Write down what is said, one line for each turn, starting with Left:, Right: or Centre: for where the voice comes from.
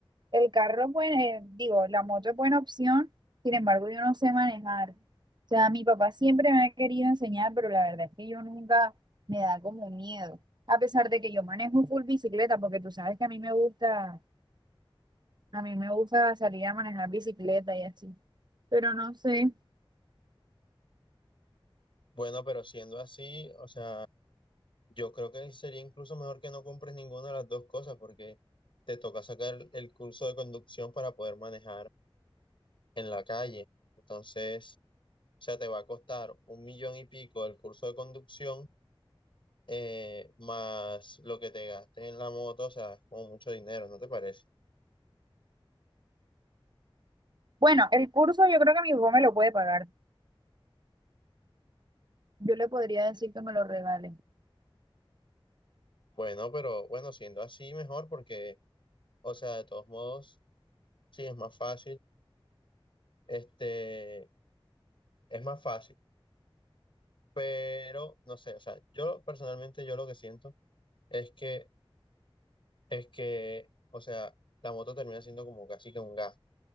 Right: El carro, es eh, digo, la moto es buena opción, sin embargo, yo no sé manejar. O sea, mi papá siempre me ha querido enseñar, pero la verdad es que yo nunca me da como miedo. A pesar de que yo manejo full bicicleta, porque tú sabes que a mí me gusta, a mí me gusta salir a manejar bicicleta y así. Pero no sé.
Left: Bueno, pero siendo así, o sea, yo creo que sería incluso mejor que no compres ninguna de las dos cosas porque te toca sacar el curso de conducción para poder manejar en la calle. Entonces, o sea, te va a costar un millón y pico el curso de conducción eh, más lo que te gastes en la moto, o sea, es como mucho dinero, ¿no te parece?
Right: Bueno, el curso yo creo que mi papá me lo puede pagar. Yo le podría decir que me lo regale.
Left: Bueno, pero bueno, siendo así, mejor porque... O sea, de todos modos, sí, es más fácil. Este, es más fácil, pero no sé, o sea, yo personalmente yo lo que siento es que, es que, o sea, la moto termina siendo como casi que un gasto,